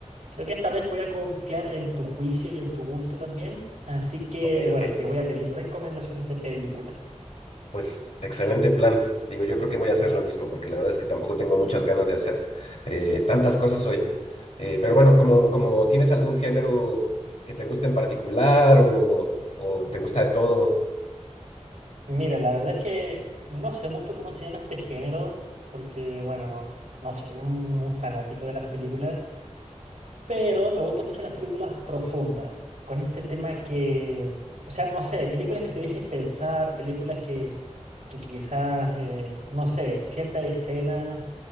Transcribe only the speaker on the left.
Ok,
ok.
Pues excelente plan. Digo, yo creo que voy a hacer lo mismo porque la verdad es que tampoco tengo muchas ganas de hacer eh, tantas cosas hoy. Eh, pero bueno, como, como tienes algún género que te guste en particular o, o te gusta de todo.